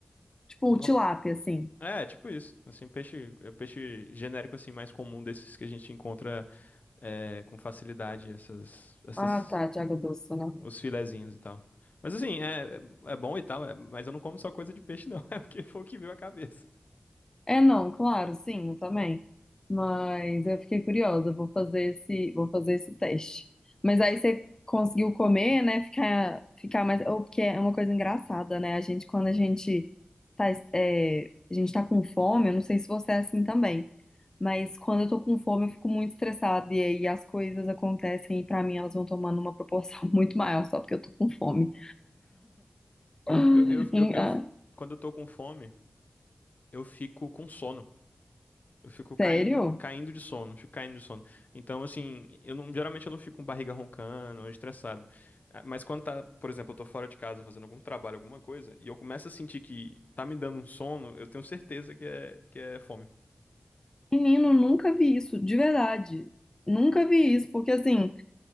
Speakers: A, on the left; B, on the left.
A: Tipo
B: Eu
A: o
B: não,
A: tilápia, assim.
B: é, tipo isso, assim, peixe, é peixe genérico assim mais comum desses que a gente encontra é, com facilidade, essas, essas,
A: Ah, tá, de água doce, né?
B: os filezinhos e tal. Mas assim, é, é é bom e tal, é, mas eu não como só coisa de peixe não, <laughs> é porque foi o que veio a cabeça.
A: É, não, claro, sim, eu também. Mas eu fiquei curiosa, vou fazer esse, vou fazer esse teste. Mas aí você conseguiu comer, né? Ficar, ficar mais. Ou porque é uma coisa engraçada, né? A gente, quando a gente tá, é, a gente tá com fome, eu não sei se você é assim também. Mas quando eu tô com fome, eu fico muito estressada. E aí as coisas acontecem e pra mim elas vão tomando uma proporção <laughs> muito maior, só porque eu tô com fome. <gasps>
B: Eu, eu,
A: Em-
B: eu, eu,
A: ah,
B: quando eu tô com fome, eu fico com sono. Eu fico caindo,
A: Sério?
B: caindo de sono, fico caindo de sono. Então, assim, eu não, geralmente eu não fico com barriga roncando, estressado. Ah, Mas quando tá, por exemplo, eu tô fora de casa fazendo algum trabalho, alguma coisa, e eu começo a sentir que tá me dando um sono, eu tenho certeza que é, que é fome.
A: Menino, nunca vi isso, de verdade. Nunca vi isso, porque assim,